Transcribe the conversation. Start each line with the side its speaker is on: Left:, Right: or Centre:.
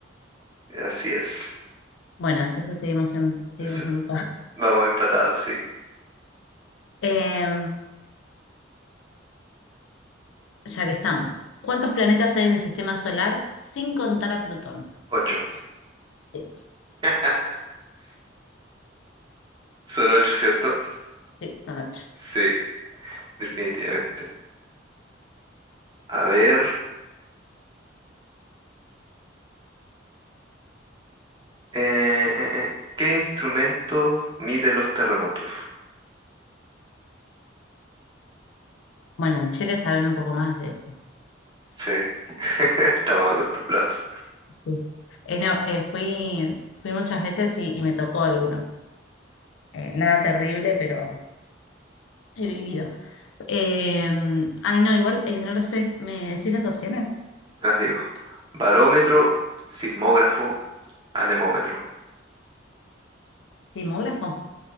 Right: Así es.
Left: Bueno, entonces seguimos en, seguimos
Right: Es-
Left: en paz.
Right: Vamos empatados, sí.
Left: Eh, ya que estamos. ¿Cuántos planetas hay en el sistema solar sin contar a Plutón?
Right: Ocho.
Left: Sí,
Right: <laughs> Son ocho, ¿cierto?
Left: sí, son ocho.
Right: Sí, definitivamente. A ver, eh, eh, eh, ¿qué instrumento mide los terremotos?
Left: Bueno, en Chile saben un poco más de eso.
Right: Sí, <laughs> estamos acostumbrados.
Left: Sí. Eh, no, eh, fui, fui muchas veces y, y me tocó alguno. Eh, nada terrible, pero he vivido. Eh, ay, no, igual eh, no lo sé. ¿Me decís las opciones?
Right: Te las digo. Barómetro, sismógrafo, anemómetro.
Left: Sismógrafo.